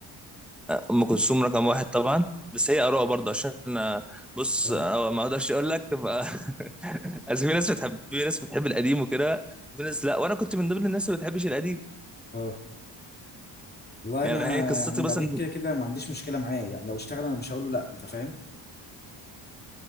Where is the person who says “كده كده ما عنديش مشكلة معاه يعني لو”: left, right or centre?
Left